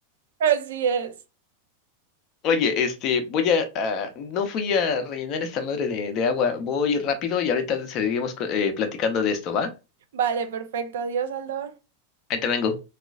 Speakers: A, on the right; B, on the left.
A: <laughs> Así es.
B: Oye, este, voy a, a- no fui a rellenar esta madre de, de agua. Voy rápido y ahorita seguimos co- eh, platicando de esto, ¿va?
A: Vale, perfecto. Adiós, Aldo.
B: Ahí te vengo.